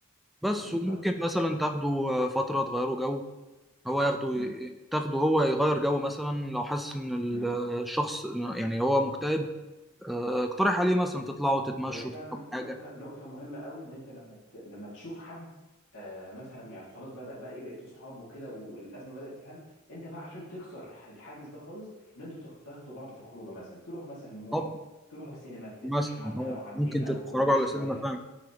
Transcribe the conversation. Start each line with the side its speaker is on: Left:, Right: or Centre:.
Centre: بس
Left: اكيد
Centre: وممكن
Left: طبعا
Centre: مثلا
Left: أكيد.
Centre: تاخده آه، فترة تغيره جو هو ياخده
Left: مم.
Centre: تاخده هو يغير جو مثلا لو حاسس إن ال-
Left: مم.
Centre: الشخص يعني هو مكتئب آه، اقترح عليه مثلا تطلعوا تتمشوا
Left: هي فعلا
Centre: تشربوا
Left: نقطة
Centre: حاجة
Left: نقطة مهمة قوي ان انت لما ت... لما تشوف حد آه مثلا يعني خلاص بدأ بقى ايه بقيتوا اصحاب وكده والازمة بدأت تهان انت بقى عشان تكسر الحاجز ده خالص ان انتوا تاخ- تاخدوا بعض في خروجه مثلا تروح مثلا مول
Centre: طبعا
Left: تروحوا السينما تتمشوا
Centre: مثلا
Left: حتى
Centre: هو
Left: لو على
Centre: ممكن
Left: النيل او
Centre: تتفرجوا
Left: الكورنيش
Centre: على سينما
Left: شوية
Centre: فاهم